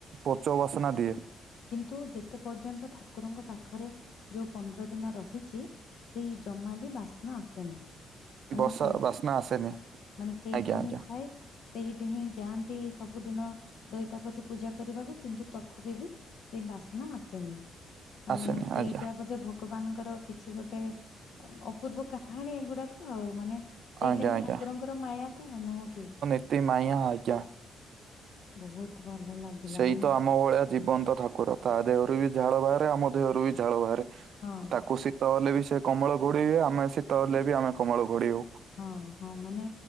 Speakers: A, on the right (about 65°); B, on the left (about 70°).
A: ପଚ ବାସ୍ନା ଦିଏ।
B: କିନ୍ତୁ ଯେତେ ପର୍ଯ୍ୟନ୍ତ ଠାକୁରଙ୍କ ପାଖରେ ଯୋଉ ପନ୍ଦର ଦିନ ରହିଛି ସେଇ ଜମା ବି ବାସ୍ନା ଆସେନି। ମାନେ
A: ବସା
B: ସେଇ
A: ବାସ୍ନା ଆସେନି
B: ମାନେ ସେଇଠି
A: ଆଜ୍ଞା ଆଜ୍ଞା
B: ହିଁ ଥାଏ ସେଇଠି ହିଁ ଯାଆନ୍ତି ସବୁଦିନ ଦଇତାପତି ପୂଜା କରିବାକୁ କିନ୍ତୁ ତଥାପି ବି ସେଇ ବାସ୍ନା ଆସେନି ମାନେ
A: ଆସେନି
B: ସେଇଟା
A: ଆଜ୍ଞା
B: ବୋଧେ ଭ ଗବାନଙ୍କର କିଛି ଗୋଟେ ଅପୂର୍ବ କାହାଣୀ ଏଗୁଡାକ ଆଉ ମାନେ ସେଇଟା
A: ଆଜ୍ଞା
B: ହିଁ
A: ଆଜ୍ଞା
B: ଠାକୁରଙ୍କର ମାୟା ତ ନୁହଁ କି?
A: <unintelligible>
B: ବହୁତ ଭଲ ଲାଗିଲା
A: ସେଇ
B: ମାନେ
A: ତ ଆମ ଭଳିଆ ଜୀବନ୍ତ ଠାକୁର। ତା ଦେହରୁ ବି ଝାଳ ବାହାରେ ଆମ ଦେହରୁ ବି ଝାଳ ବାହାରେ
B: ହଁ
A: ତାକୁ ସି ଶୀତ ହେଲେ ବି ସେ କମଳ ଘୋଡ଼େଇବେ ଆମେ ଶୀତ ହେଲେ ବି ଆମେ କମଳ ଘୋଡ଼େଇ ହଉ
B: ହଁ ହଁ ମାନେ